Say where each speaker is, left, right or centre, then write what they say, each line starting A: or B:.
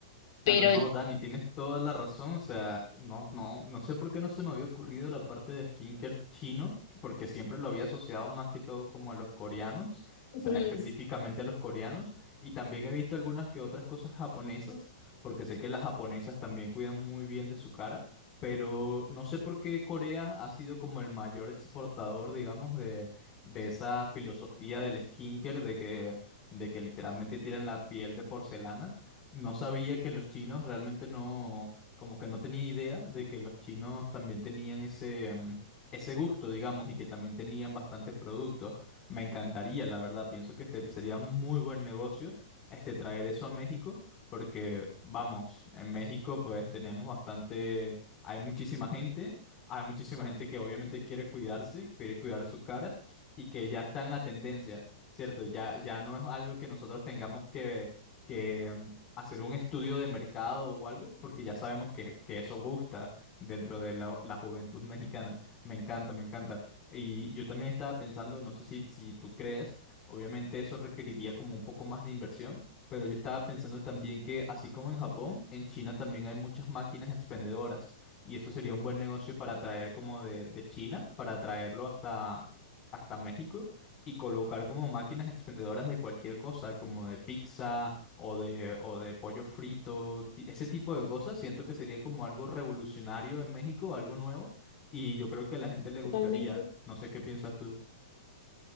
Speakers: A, on the left; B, on the left.
A: Claro,
B: pero...
A: no, Dani, tienes toda la razón. O sea, no, no, no sé por qué no se me había ocurrido la parte de skincare chino, porque siempre lo había asociado más que todo como a los coreanos,
B: Ujú,
A: o sea, específicamente a los coreanos. Y también he visto algunas que otras cosas japonesas, porque sé que las japonesas también cuidan muy bien de su cara, pero no sé por qué Corea ha sido como el mayor exportador, digamos, de, de esa filosofía del skincare, de que, de que literalmente tienen la piel de porcelana. No sabía que los chinos realmente no, como que no tenía idea de que los chinos también tenían ese, mm, ese gusto, digamos, y que también tenían bastantes productos. Me encantaría, la verdad, pienso que este sería muy buen negocio, este, traer eso a México, porque, vamos, en México pues tenemos bastante, hay muchísima gente, hay muchísima gente que obviamente quiere cuidarse, quiere cuidar su cara y que ya está en la tendencia, ¿cierto? Ya, ya no es algo que nosotros tengamos que que hacer un estudio de mercado o algo, porque ya sabemos que, que eso gusta dentro de la, la juventud mexicana. Me encanta, me encanta. Y yo también estaba pensando, no sé si, si tú crees, obviamente eso requeriría como un poco más de inversión, pero yo estaba pensando también que así como en Japón, en China también hay muchas máquinas expendedoras y eso sería un buen negocio para traer como de, de China, para traerlo hasta, hasta México. Y colocar como máquinas expendedoras de cualquier cosa, como de pizza, o de, o de pollo frito, ti- ese tipo de cosas, siento que sería como algo revolucionario en México, algo nuevo, y yo creo que a la gente le
B: Totalmente.
A: gustaría, no sé qué piensas tú.